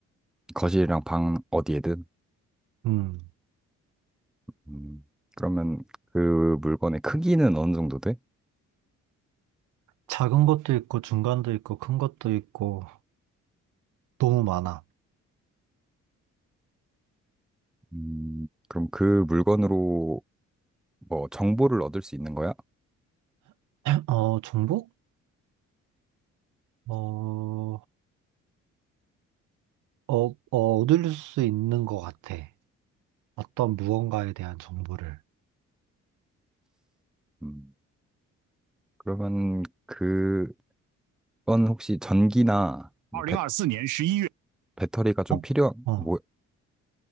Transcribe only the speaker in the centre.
거실이랑 방 어디에든?
음, 그러면 그 물건의 크기는 어느 정도 돼?
음, 그럼 그 물건으로 뭐, 정보를 얻을 수 있는 거야?
음, 그러면 그건 혹시 전기나 뭐
배, 배터리가 좀
필요한,
뭐,